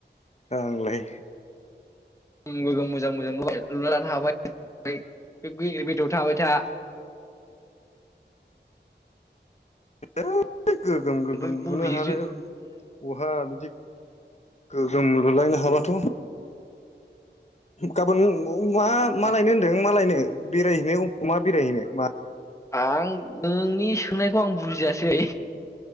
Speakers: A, on the left; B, on the left.
A: आंलाय
B: उम गोगोम मोजां मोजां लुबाय लुना लानो हाबाय बे गेग्रेबाव गेजेराव थाबाय था।
A: <unintelligible> गोगोम गोगोम
B: ओमफ्राय
A: लुनो
B: बबेजोंसो
A: हानो बहा बिदि गोगोम लुलांनो हाबाथ' गाबोन औ मा मा
B: उम
A: मालायनो होनदों मा मालायनो बेराय मायाव मा बेरायहैनो मा
B: आं नोंनि सोंनायखौ आं बुजियासै।